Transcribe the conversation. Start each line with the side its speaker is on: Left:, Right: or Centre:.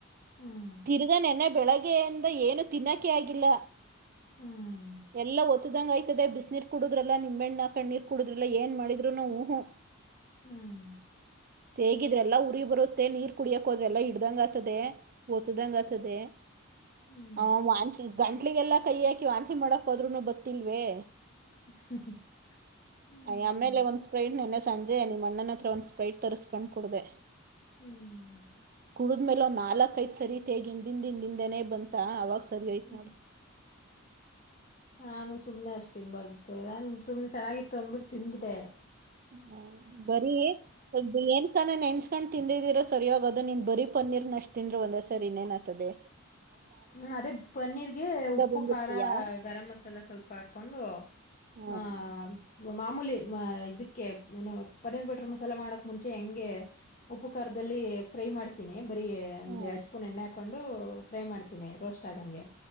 Left: ಹ್ಮ್
Right: ತಿರ್ಗ ನೆನ್ನೆ ಬೆಳಗ್ಗೆಯಿಂದ ಏನು ತಿನ್ನಕ್ಕೆ ಆಗಿಲ್ಲ.
Left: ಹ್ಮ್
Right: ಎಲ್ಲ ಒ. ಒತ್ತದಂಗಗೆ ಆಯತದೆ ಬಿಸಿನೀರ್ ಕುಡುದ್ರಲ್ಲ ನಿಂಬೆಣ್ಣಾ ಕಣ್ಣೀರ್ ಕುಡುದ್ರಿಲ್ಲ ಏನ್ ಮಾಡಿದ್ರೂನು ಉಹು.
Left: ಹ್ಮ್.
Right: ತೇಗಿದ್ರೆಲ್ಲ ಉಊರಿ ಬರುತ್ತೆ ನೀರ್ ಕುಡಿಯಕೋದ್ರೆಲ್ಲಾ ಹಿಡ್ದಂಗ ಆತದೆ. ಒತ್ತುದಂಗತದೆ.
Left: ಹ್ಮ್
Right: ಹ ವಾಂತಿ. ಗಂಟ್ಲೆಗೆಲ್ಲ ಕೈ ಹಾಕಿ ವಾಂತಿ ಮಾಡಕ್ ಹೋದ್ರುನು ಬತ್ತಿಲ್ಲವೇ.
Left: ಹ್ಮ್.
Right: ಅಯ್ಯ ಆಮೇಲೆ ಒಂದ್ ಸ್ಪ್ರೈಟ್ ನೆನ್ನೆ ಸಂಜೆ ನಿಮ್ಮ ಅಣ್ಣನ ಹತ್ರ ಒಂದ್ ಸ್ಪ್ರೈಟ್ ತರಿಸ್ಕೊಂಡ್ ಕುಡಿದೆ.
Left: ಹ್ಮ್ ಹ್ಮ್.
Right: ಕುಡುದ್ಮೇಲೆ ಮೇಲೆ ನಾಲ್ಕ ಐ ಸರಿತಿ ತೇಗ ಹಿಂದ ಹಿಂದಿಂದನೆ ಬಂದ. ಅವಾಗ. <unintelligible>
Left: ಹ್ಮ್
Right: ನೋಡು
Left: ಹ. ಸುಮ್ಮನೆ ಅಷ್ಟು ತಿನ್ಬಾರದಿತ್ತು ನಾನು ಸುಮ್ಮನೆ ಚೆನ್ನಾಗಿತ್ತು ಅಂದ್ಬಿಟ್ಟು ತಿಂದುಬಿಟ್ಟೆ.
Right: ಹ ಬರೀ ಏನ್ ಕನ ನೆನ್ಸ್ಕೊಂಡ್ ತಿಂದಿದಿರೋ. ಸರಿಯವಾಗದ ನೀನ್ ಬರೀ ಪನ್ನೀರ್ ನಷ್ಟ್ ತಿಂದ್ರೆ ಒಂದ್ ಸರಿ ಇನ್ನೇನ್ ಆತದೆ.
Left: ಹ್ಮ್ ಅದೇ ಪನ್ನೀರಿಗೆ ಉಪ್ಪು
Right: ಬಂದಿರ್ತೀಯಾ
Left: ಖಾರ ಗರಂ ಮಸಾಲ ಸ್ವಲ್ಪ ಹಾಕೊಂಡು
Right: ಹ್ಮ್
Left: ಆ. ಮಾಮೂಲಿ ಇದಕ್ಕೆ ಏನು ಪನೀರ್ ಬಟರ್ ಮಸಾಲೆ ಮಾಡಕ್ ಮುಂಚೆ ಹೆಂಗೆ ಉಪ್ಪು ಕಾರದಲ್ಲಿ ಫ್ರೈ ಮಾಡ್ತೀನಿ ಬರೀ ಒಂದ್
Right: ಹ್ಮ್
Left: ಎರಡ್ ಸ್ಪೂನ್ ಎಣ್ಣೆ ಹಾಕೊಂಡು ಫ್ರೈ ಮಾಡ್ತ. ನ ರೋಸ್ಟ್ ಆಗಂಗೆ.